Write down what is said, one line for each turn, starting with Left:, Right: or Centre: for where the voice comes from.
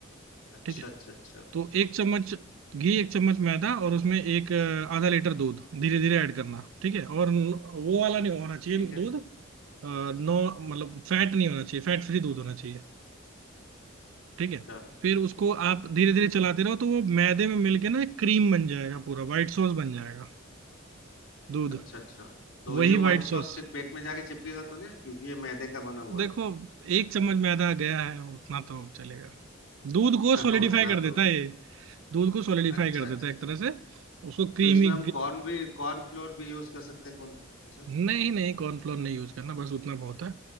Left: अच्छा
Right: ठीक है
Left: अच्छा अच्छा
Right: तो एक चम्मच घी एक चम्मच मैदा और उसमें एक अ, आधा लीटर दूध धीरे धीरे ऐड करना ठीक है और न- वो वाला नहीं होना चाहिए
Left: ठीक है
Right: दूध अ, नो मतलब फैट नहीं होना चाहिए फैट फ्री दूध होना चाहिए ठीक है
Left: अच्छा
Right: फिर उसको आप धीरे धीरे चलाते रहो तो वो मैदे में मिलके ना एक क्रीम बन जाएगा पूरा वाइट सॉस बन जाएगा दूध
Left: अच्छा अच्छा तो
Right: वही
Left: ये व्हाइट
Right: वाइट सॉस
Left: सॉस फिर पेट में जाके चिपकेगा तो नहीं क्योंकि ये मैदे का बना हुआ
Right: देखो एक चम्मच मैदा गया है उतना तो चलेगा दूध को
Left: है
Right: सॉलिडिफाई
Left: <laughs> उतना
Right: कर देता
Left: तो
Right: है ये दूध को सॉलिडिफाई
Left: अच्छा
Right: कर
Left: अच्छा
Right: देता है एक तरह से उसको क्रीमी
Left: तो इसमें हम कॉर्न भी कॉर्न फ्लोर भी यूज कर सकते हैं कौन ये सब
Right: नहीं नहीं कॉर्नफ्लोर नहीं यूज करना बस उतना बहुत है